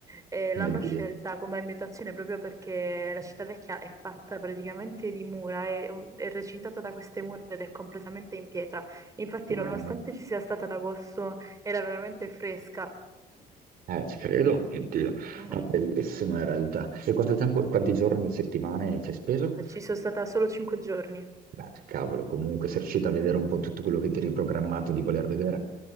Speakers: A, on the right; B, on the right.
A: E
B: Mio
A: l'hanno
B: Dio,
A: scelta come ambientazione proprio perché la città vecchia è fatta praticamente di mura, è, è recintata da queste mura ed è completamente in pietra. Infatti,
B: stupendo.
A: nonostante ci sia stata ad agosto, era veramente fresca
B: Eh, ci credo, mio Dio.
A: Mhm.
B: No, bellissimo in realtà. E quanto tempo, quanti giorni, settimane ci hai speso?
A: Ci sono stata solo cinque giorni.
B: Beh, cavolo, comunque sei riuscito a vedere un po' tutto quello che ti eri programmato di voler vedere.